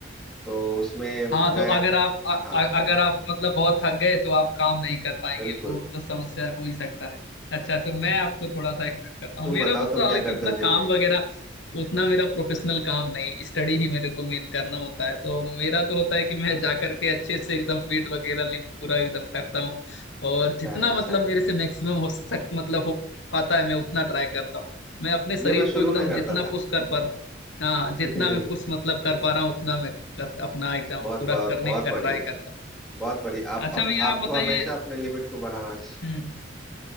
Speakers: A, in the centre; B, on the left.
A: तो उसमें
B: हाँ
A: मैं
B: तो अगर आप अ-
A: हाँ
B: अ- अगर आप मतलब बहुत थक गए तो आप काम नहीं कर पाएंगे
A: बिल्कुल
B: वो तो समस्या हो ही सकता है अच्छा तो मैं आपको थोड़ा सा एक्सप्लेन करता हूँ
A: तुम
B: मेरा
A: बताओ
B: को तो
A: तुम
B: हालांकि
A: क्या करते
B: उतना
A: हो जिम
B: काम
A: में
B: वगैरह उतना मेरा प्रोफेशनल काम नहीं स्टडी ही मेरे को मेन करना होता है तो मेरा तो होता है कि मैं जा करके अच्छे से एकदम वेट वगैरह लिफ्ट पूरा एकदम करता हूँ और
A: अच्छा
B: जितना
A: है अच्छा
B: मतलब
A: है
B: मेरे से मैक्सिमम हो सक मतलब हो पाता है मैं उतना ट्राई करता हूँ मैं अपने शरीर
A: ये मैं
B: को
A: शुरू
B: एकदम
A: में करता
B: जितना
A: था
B: पुश कर पा रहा हूँ हाँ जितना
A: <laughs>
B: मैं पुश मतलब कर पा रहा हूँ उतना मैं अप- अपना एकदम
A: बहुत
B: पूरा
A: बहुत
B: करने
A: बहुत
B: का
A: बढ़िया
B: ट्राई करता हूँ
A: बहुत बढ़िया आप,
B: अच्छा
A: आप
B: भैया
A: आपको
B: आप बताइए
A: हमेशा अपने लिमिट को बढ़ाना च-
B: हम्म